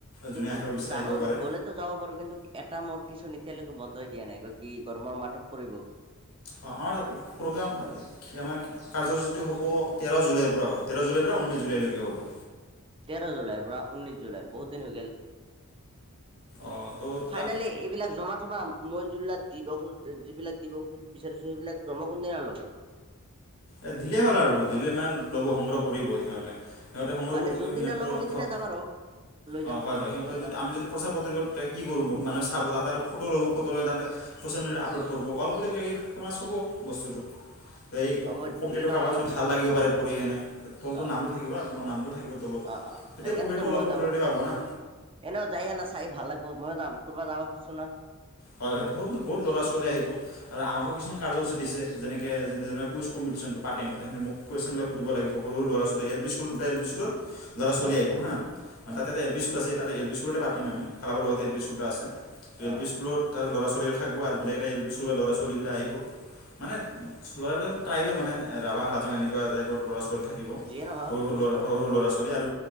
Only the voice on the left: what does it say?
যোনে
আহিব বিচাৰে
আহিব পাৰে
অঁ আমাৰ প্ৰ'গ্ৰাম কি আমাৰ কাৰ্যসূচীটো হ'ব তেৰ জুলাইৰ পৰা হ'ব, তেৰ জুলাইৰ পৰা ঊনৈছ জুলাইলৈকে হ'ব।
অঁ ত'
তাত
এই দিলেই হ'ল আৰু দিলে মানে ল'ব সংগ্ৰহ কৰিব সিহঁতে। সিহঁতে সংগ্ৰহ
কৰিব
সিহঁতৰ
ধ,
অঁ
হয় হয় সিহঁতৰ
যদি
আমি যদি প্ৰচাৰ পত্ৰিকত কি কৰোঁ বহুত মানুহে চাব তাহাঁতে ফটো ল'ব ফটো লৈ তাহাঁতে ছ'চিয়েল মিডিয়াত আপলোড কৰিব, অলপ হ'লে কি এই ফেমাছ হ'ব বস্তুটো, সেই
কবিতাটো
কাবাৰ যদি ভাল লাগিব পাৰে পঢ়ি কেনে তলটোৰ
নামটো থাকিব না তোমাৰ নামটো থাকিব তলত,
তেতিয়া
কবিতাটো অলপ
পপুলাৰিটি
পাব না।
হয় হয় বহুত বহুত ল'ৰা ছোৱালী আহিব। আৰু আমাকো কিছুমান কাৰ্যসূচী দিছে যেনেকে যেনে কুইজ কম্পিটিশ্যনটো পাতিম তেনেহ'লে মোক কুইশ্যনবিলাক সুধিব লাগিব সৰু ল'ৰা ছোৱালী, এল পি স্কুল দুটা এল পি স্কুলৰ ল'ৰা ছোৱালী
আহিব হা, মানে তাতেটা
এল পি ইচ স্কুল আছে তাতেই এল পি স্কুলতে পাতিম আমি, ক্লাবৰ লগতে এল পি স্কুল এটা আছে ত এল
পি স্কুলৰ তাতে ল'ৰা ছোৱালীবিলাক থাকব আৰ বেলেগ এটা এল পি স্কুলৰ পৰা ল'ৰা ছোৱালীবিলাক আহিব। মানে ল'ৰাবিলাক ট্ৰাইবেল মানে ৰাভা হাজং এনেকুৱা টাইপৰ ল'ৰা ছোৱ বল থাকিব
সৰু সৰু
ল'ৰা সৰু
সৰু ল'ৰা
ছোৱালী
আৰু